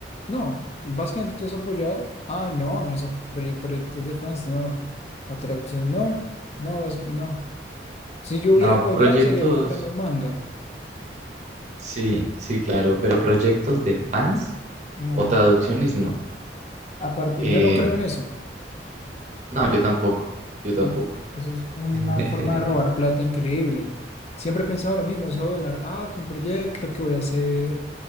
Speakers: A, on the left; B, on the right.
A: No, básicamente tú has apoyado. Ah, no, no son proye- proyectos de fans, no. Otra opción, no, no, bas- no. Si yo
B: No,
A: hubiera apoyado
B: proyectos,
A: sería comprando manga.
B: sí, sí, claro, pero proyectos de fans
A: No,
B: o traducciones, no.
A: aparte,
B: Eh,
A: yo no creo en eso.
B: no, yo tampoco, yo tampoco.
A: Ah, Eso es una
B: <laughs>
A: forma de robar plata increíble. Siempre he pensado lo mismo, eso de donar, ah, que un proyecto que voy a hacer,